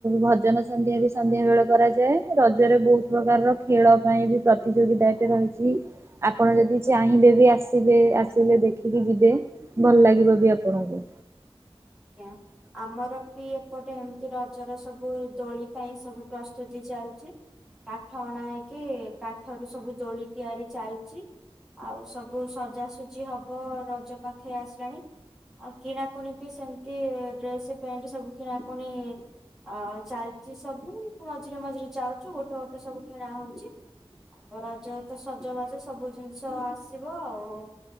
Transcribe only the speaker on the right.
ଭଜନ ସନ୍ଧ୍ୟା ବି ସନ୍ଧ୍ୟା ବେଳେ କରାଯାଏ ରଜରେ ବହୁତ ପ୍ରକାରର ଖେଳ ପାଇଁ ବି ପ୍ରତିଯୋଗିତା ଟେ ରହିଛି। ଆପଣ ଯଦି ଚାହିଁବେ ବି ଆସିବେ ଆସିଲେ ଦେଖିକି ଯିବେ। ଭଲ ଲାଗିବ ବି ଆପଣଙ୍କୁ।